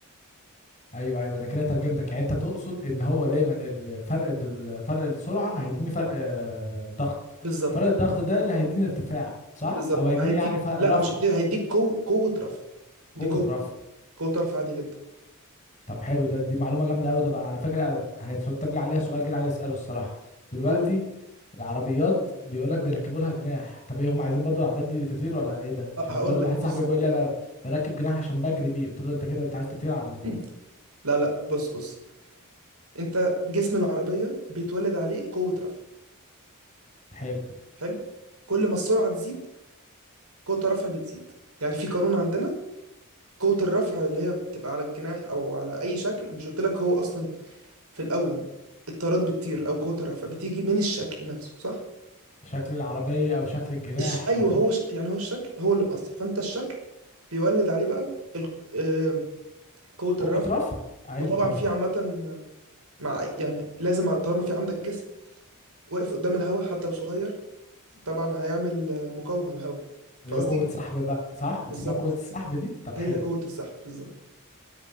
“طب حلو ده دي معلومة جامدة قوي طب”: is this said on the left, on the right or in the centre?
Left